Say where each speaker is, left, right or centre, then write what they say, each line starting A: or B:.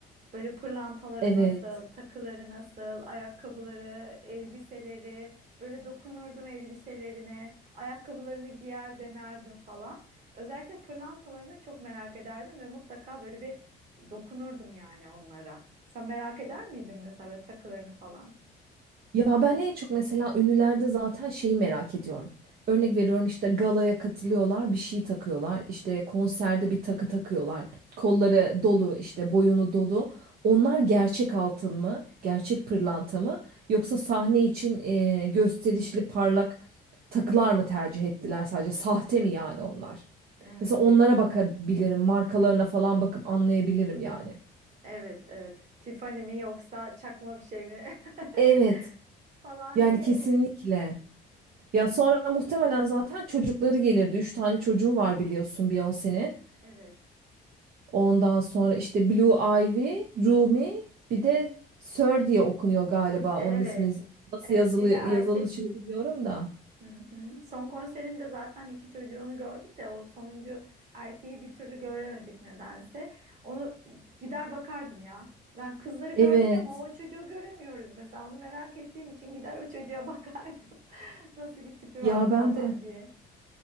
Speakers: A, on the right (about 45°); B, on the right (about 65°).
A: Böyle pırlantaları
B: Evet.
A: nasıl, takıları nasıl, ayakkabıları, elbiseleri. Böyle dokunurdum elbiselerine, ayakkabılarını giyer denerdim falan. Özellikle pırlantalarını çok merak ederdim ve mutlaka böyle bir dokunurdum yani onlara. Sen merak eder miydin mesela böyle takılarını falan?
B: Ya ben en çok mesela ünlülerde zaten şeyi merak ediyorum. Örnek veriyorum işte galaya katılıyorlar, bir şey takıyorlar. İşte konserde bir takı takıyorlar. Kolları dolu, işte boyunu dolu. Onlar gerçek altın mı, gerçek pırlanta mı yoksa sahne için e, gösterişli parlak takılar mı tercih ettiler sadece sahte mi yani onlar?
A: Hmm.
B: Mesela onlara bakabilirim, markalarına falan bakıp anlayabilirim yani.
A: Evet, evet. Tiffany mi yoksa çakma bir şey mi
B: Evet,
A: <laughs> falan
B: yani
A: diye
B: kesinlikle.
A: evet.
B: Ya sonra
A: Doğru.
B: muhtemelen zaten çocukları gelirdi. Üç tane çocuğu var biliyorsun Beyoncé'nin.
A: Evet.
B: Ondan sonra işte Blue Ivy, Rumi bir de Sir diye okunuyor galiba.
A: Evet.
B: Onun ismi nasıl
A: Evet.
B: yazılı,
A: Bir
B: yazılışını
A: de erkek.
B: biliyorum da.
A: Hı hı. Son konserinde zaten iki çocuğunu gördük de o sonuncu erkeği bir türlü göremedik nedense. Onu gider bakardım ya. Ben kızları gördük
B: Evet.
A: ama o çocuğu göremiyoruz mesela. Onu merak ettiğim için gider o çocuğa bakardım. <laughs> Nasıl bir tipi
B: Ya
A: var
B: ben
A: falan
B: de
A: diye.